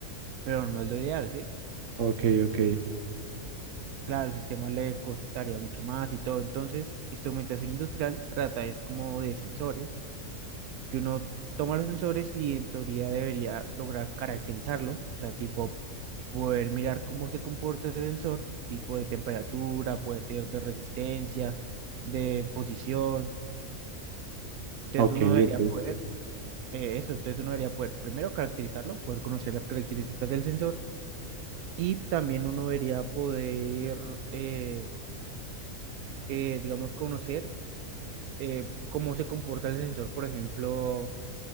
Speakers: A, on the right; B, on the right.
A: pero no es lo ideal, ¿sí?
B: ok, ok,
A: Claro, el sistema le costaría mucho más y todo. Entonces, instrumentación industrial trata es como de sensores, que uno toma los sensores y en teoría debería lograr caracterizarlos, o sea, tipo poder mirar cómo se comporta ese sensor, tipo de temperatura, puede ser de resistencia, de posición. Entonces
B: ok,
A: uno debería
B: ok.
A: poder, eh, eso, entonces uno debería poder primero caracterizarlo, poder conocer las características del sensor y también uno debería poder, eh, eh, digamos, conocer eh, cómo se comporta el sensor, por ejemplo,